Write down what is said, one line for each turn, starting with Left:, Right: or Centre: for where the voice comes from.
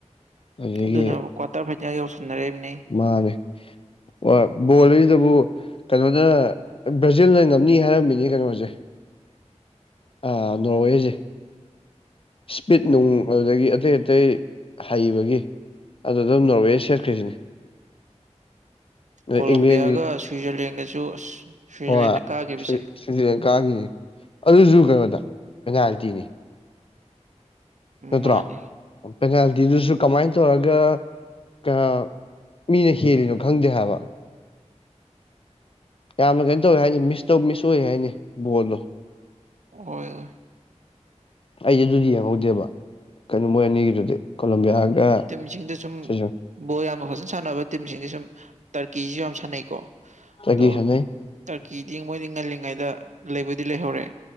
Left: ꯑꯗꯒꯤ
Right: ꯑꯗꯨꯅ ꯀ꯭ꯋꯥꯇꯔ ꯐꯥꯏꯇꯤꯌꯥ ꯌꯧꯁꯟꯅꯔꯝꯅꯤ
Left: ꯃꯥꯅꯦ ꯍꯣꯏ ꯕꯣꯜꯖꯤꯗꯥꯕꯨ ꯀꯩꯅꯣꯗꯥ ꯕ꯭ꯔꯥꯖꯤꯜꯅ ꯉꯝꯅꯤ ꯍꯥꯏꯔꯝꯃꯤꯅꯤ ꯀꯩꯅꯣꯖꯦ ꯑꯥ ꯅꯣꯔꯋꯦꯖꯦ ꯏꯁꯄꯤꯠ ꯅꯨꯡ
Right: ꯎꯝ
Left: ꯑꯗꯨꯗꯥꯒꯤ ꯑꯇꯩ ꯑꯇꯩ ꯍꯩꯕꯒꯤ ꯑꯗꯨꯗꯥ ꯑꯗꯨꯝ ꯅꯣꯔꯋꯦ ꯁꯦꯠꯈ꯭ꯔꯤꯁꯤꯅꯦ
Right: ꯀꯣꯂꯦꯝꯕꯤꯌꯥꯒꯥ
Left: ꯑꯦꯡꯂꯦꯟꯒꯤ
Right: ꯁ꯭ꯋꯤꯖꯔꯂꯦꯟꯒꯁꯨ ꯑꯁ ꯁ꯭ꯋꯤꯖꯔꯂꯦꯟꯅ
Left: ꯍꯣꯏ
Right: ꯀꯥꯈꯤꯕꯁꯦ
Left: ꯁ꯭ꯋꯤ ꯁ꯭ꯋꯤꯖꯤꯔꯦꯟꯀꯥꯒꯤꯅꯤ ꯑꯗꯨꯁꯨ ꯀꯩꯅꯣꯗꯥ ꯄꯦꯅꯥꯜꯇꯤꯅꯤ ꯅꯠꯇ꯭ꯔꯣ
Right: ꯃꯥꯅꯦ
Left: ꯄꯦꯅꯥꯜꯇꯤꯗꯨꯁꯨ ꯀꯃꯥꯏꯅ ꯇꯧꯔꯒ ꯀ ꯃꯤꯅ ꯍꯦꯜꯂꯤꯅꯣ ꯈꯪꯗꯦ ꯍꯥꯏꯕ ꯌꯥꯝꯅ ꯀꯩꯅꯣ ꯇꯧꯋꯦ ꯍꯥꯏꯁꯦ ꯃꯤꯁ ꯇꯧ ꯃꯤꯁ ꯑꯣꯏ ꯍꯥꯏꯅꯦ ꯕꯣꯜꯗꯣ
Right: ꯍꯣꯏ ꯍꯣꯏ
Left: ꯑꯩꯁꯨ ꯑꯗꯨꯗꯤ ꯌꯦꯡꯍꯧꯗꯦꯕ ꯀꯩꯅꯣ ꯃꯣꯏ ꯑꯅꯤꯒꯤꯗꯨꯗꯤ ꯀꯣꯂꯝꯕꯤꯌꯥꯒ
Right: ꯇꯤꯝꯁꯤꯡꯗ ꯁꯨꯝ
Left: ꯁꯤꯁꯨ
Right: ꯕꯣꯜ ꯌꯥꯝꯅ ꯐꯖꯅ ꯁꯥꯟꯅꯕ ꯇꯤꯝꯁꯤꯡꯁꯦ ꯁꯨꯝ ꯇꯔꯀꯤꯁꯤꯁꯨ ꯌꯥꯝ ꯁꯥꯟꯅꯩꯀꯣ
Left: ꯆꯒꯤ
Right: ꯑꯗꯣ
Left: ꯁꯥꯟꯅꯩ
Right: ꯇ꯭ꯔꯀꯤꯗꯤ ꯃꯣꯏꯗꯤ ꯉꯜꯂꯤꯉꯩꯗꯥ ꯂꯩꯕꯨꯗꯤ ꯂꯩꯍꯧꯔꯦ